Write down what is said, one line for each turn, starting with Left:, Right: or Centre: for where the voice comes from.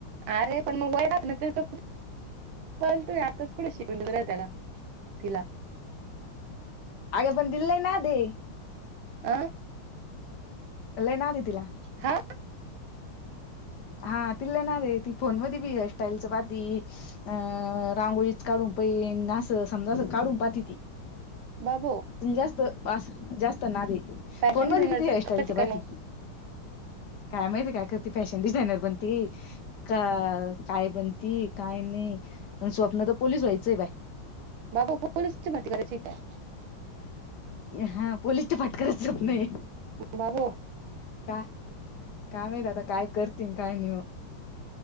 Right: अरे पण मग वय राहत ना त्यांच पण पण तूं यां आत्ताच कुठ शिकून देता काय त्याला तिला
Left: अग पण तिला लय नाद ये
Right: आ
Left: लय नाद ये तिला
Right: हा
Left: हा तिला लय नाद ये ती फोन मध्ये बी हेअर स्टाईलचं पाहती अं रांगोळीच काढून पहिन असं समजा असं काढून पाहती ती
Right: बाबो
Left: तिला जास्त असं जास्त नाद ये
Right: फॅशन
Left: फोन मध्ये
Right: डिझायनरच
Left: बी ती हेअरस्टाईलच
Right: करते काय
Left: पाहती.
Right: मग
Left: काय माहिती काय करती ती फॅश डिझायनर बनती का काय बनती काय नही अन स्वप्नत पोलीस व्हायचंय बाय
Right: बाबो पोलीसची भती करायची काय
Left: हा पोलीसच्या फाटकरच स्वप्न हे
Right: बाबू
Left: काय काय माहित आता काय करतीन काय नही